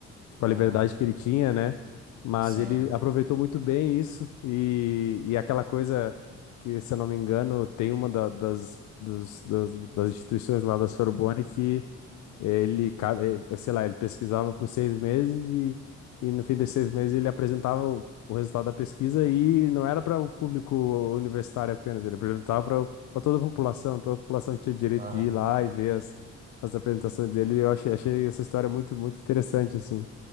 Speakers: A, on the left; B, on the right.
A: com
B: Aham.
A: a liberdade que ele tinha, né? Mas
B: Sim.
A: ele aproveitou muito bem isso, e, e aquela coisa que, se eu não me engano, tem uma da- das, dos, das, das instituições lá da Sorbonne que ele, ca- eh, sei lá, ele pesquisava por seis meses e, e no fim desses seis meses ele apresentava o, o resultado da pesquisa e não era para o público universitário apenas, ele apresentava para toda a população, toda a população tinha direito
B: Aham.
A: de ir lá e ver as, as apresentações dele. Eu achei, achei essa história muito, muito interessante, assim.